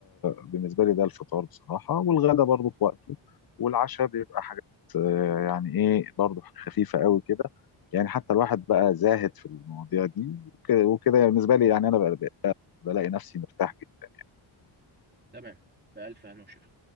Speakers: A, on the left (about 50°); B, on the right (about 20°).
A: بالنسبه لي ده الفطار بصراحه والغدا برضو في وقته والعشاء بيبقى حاجات آه، يعني ايه برضو خفيفه قوي كده يعني حتى الواحد بقى زاهد في المواضيع دي وكده وكده يعني بالنسبه لي يعني انا بقى بقى- بلاقي نفسي مرتاح جدا
B: تمام بألف هنا وشفا